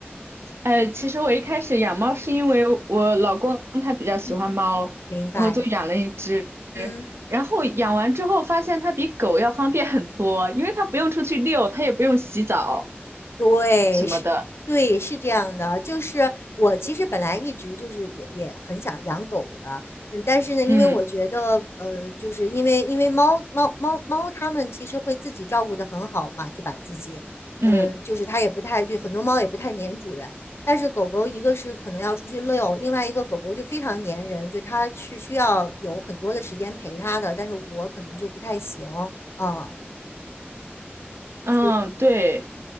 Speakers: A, on the right (about 80°); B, on the left (about 85°).
A: 呃，其实我一开始养猫是因为我老公他比较喜欢猫，
B: 嗯嗯，明白，
A: 然后就养了一只。
B: 嗯。
A: 然后养完之后发现它比狗要方便很多，因为它不用出去遛，它也不用洗澡
B: 对，
A: 什么的。
B: 是，对，是这样的。就是我其实本来一直就是也也很想养狗的，嗯，但是呢，因为我觉得，
A: 嗯
B: 呃，就是因为因为猫猫猫猫它们其实会自己照顾得很好嘛，就把自己，
A: 嗯
B: 嗯、就是它也不太，就很多猫也不太粘主人。但是狗狗一个是可能要出去遛，另外一个狗狗就非常粘人，就它是需要有很多的时间陪它的，但是我可能就不太行啊，
A: 嗯，
B: 所以
A: 对